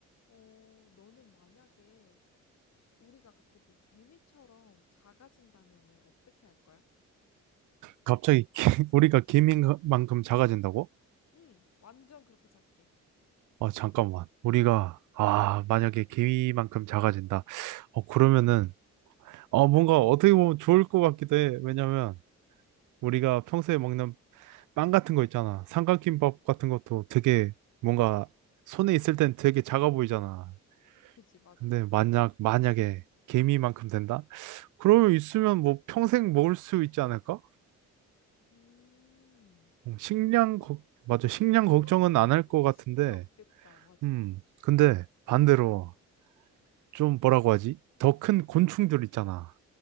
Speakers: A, on the left; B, on the right.
A: 어, 너는 만약에 우리가 갑자기 개미처럼 작아진다면은 어떻게 할 거야?
B: 갑자기 개- <laughs> 우리가 개미만큼 작아진다고?
A: 응, 완전 그렇게 작게.
B: 아, 잠깐만. 우리가, 아, 만약에 개미만큼 작아진다. 어, 그러면은, 어, 뭔가 어떻게 보면 좋을 것 같기도 해. 왜냐면, 우리가
A: 응.
B: 평소에 먹는 빵 같은 거 있잖아. 삼각김밥
A: 응,
B: 같은 것도 되게 뭔가 손에 있을 땐 되게 작아 보이잖아.
A: 그지, 맞아.
B: 근데 만약, 만약에 개미만큼 된다? 그러면 있으면 뭐 평생 먹을 수 있지 않을까?
A: 음,
B: 음, 식량,
A: 근데 조금,
B: 걱- 맞아.
A: 어,
B: 식량
A: 식량
B: 걱정은
A: 걱정은
B: 안 할 것 같은데,
A: 진짜 없겠다, 맞아.
B: 음, 근데 반대로 좀 뭐라고 하지? 더 큰 곤충들 있잖아.